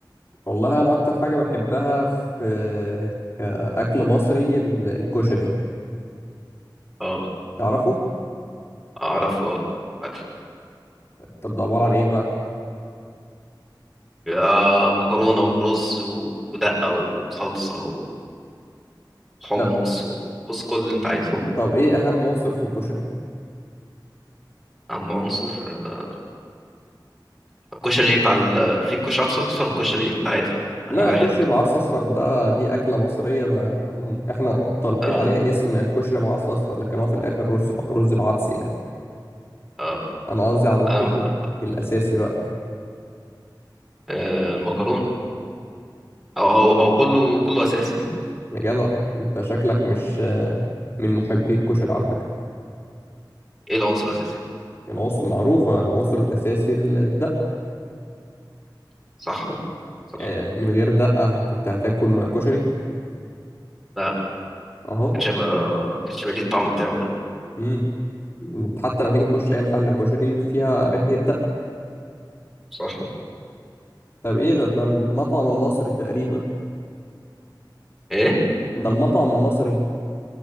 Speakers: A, on the left; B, in the centre.
A: والله انا اكتر حاجة بحبها في آه، كأكل مصري ال- الكشري
B: اه
A: تعرفه
B: اعرف اه اكله
A: طب ده عبارة عن ايه بقى
B: بيبقى مكرونه ورز و- ودقه وصلصه حمص
A: طب,
B: وبص كل اللي انت عايزه
A: طب ايه اهم عنصر في الكشري
B: عم عنصر آه، الكشري بتاع ال... في كشري اصفر والكشري العادي
A: لا
B: يعني واحد
A: الكشري بعصس اصفر ده دي اكله مصريه ما احنا طالقين
B: اه
A: عليها اسم كشري بعصس اصفر لكن هو في الاخر رز ب... رز بعدس يعني
B: اه
A: انا قصدي على نعم.
B: آم-
A: الكشري الاساسي بقى
B: آه، المكرونه او هو هو كله كله اساسي
A: يا جدع انت شكلك مش آه، من محبي الكشري على فكره
B: ايه العنصر الاساسي
A: العنصر معروفه العنصر الاساسي الدقه
B: صح صح
A: يعني من غير دقه كنت هتاكل كشري
B: لا
A: اهو
B: كانتش هيبقى كانتش هيبقى ليه الطعم بتاعه ده
A: امم حتى لما تيجي تخش اي محل كشري فيها ريحه الدقه
B: صح
A: طب ايه ده ده المطعم المصري تقريبا
B: ايه
A: ده المطعم المصري